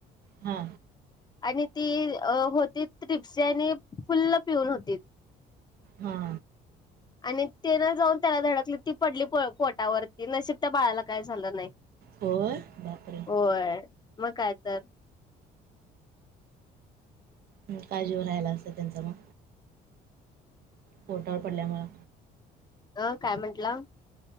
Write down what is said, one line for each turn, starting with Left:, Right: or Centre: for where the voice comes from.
Right: हा,
Left: आणि ती होती रिक्षा आणि फुल्ल पिऊन होतीत.
Right: हा,
Left: आणि तेना जाऊन त्याला धडकली ती पडली पो पोटावरती नशीब त्या बाळाला काय झालं नाही.
Right: होय बापरे
Left: होय मग काय तर.
Right: मग काय जीव राहायला असलं त्यांचा मग. पोटावर पडल्यामुळ.
Left: अ काय म्हंटला.